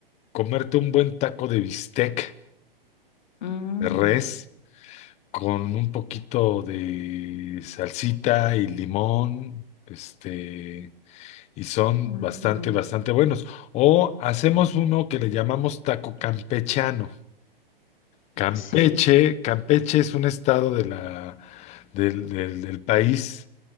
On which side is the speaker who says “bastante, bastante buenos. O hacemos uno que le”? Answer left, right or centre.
Left